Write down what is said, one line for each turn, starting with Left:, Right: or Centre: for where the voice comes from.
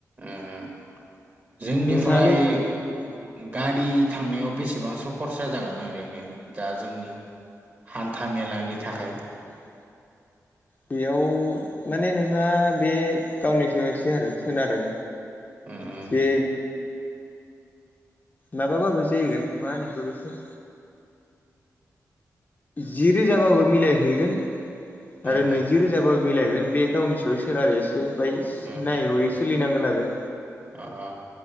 Right: उम जोंनिफ्राय
Left: नोंथाङालाय औ
Right: गारि थांनायाव बेसेबांसो खरसा जागोन ओरैनो दा जोंनि हान्था मेलानि थाखाय
Left: औ <inaudible> बेयाव माने नोंहा बे गावनिसो एसे आरो सोनारो
Right: उम
Left: जे माबाबाबो जाहैगोन मा होनोखौ बेखौ जि रोजाबाबो मिलायहैगोन
Right: उम
Left: आरो नैजि रो जाबा मिलायहोगोन बे गावनि सायाव सोनारो एसे माय
Right: उम
Left: नायै
Right: उम
Left: हयै सोलिनांगोन आरो।
Right: अ अ